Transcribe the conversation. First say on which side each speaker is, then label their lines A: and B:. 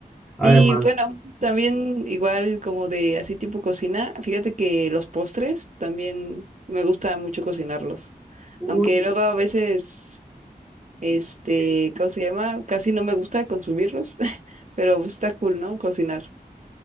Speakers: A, in the centre; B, on the right.
A: Además,
B: Y bueno, también igual como de así tipo cocina, fíjate que los postres también me gusta mucho cocinarlos.
A: uy,
B: Aunque luego a veces, este,
A: no llego.
B: ¿cómo se llama? Casi no me gusta consumirlos, <laughs> pero está cool, ¿no? Cocinar.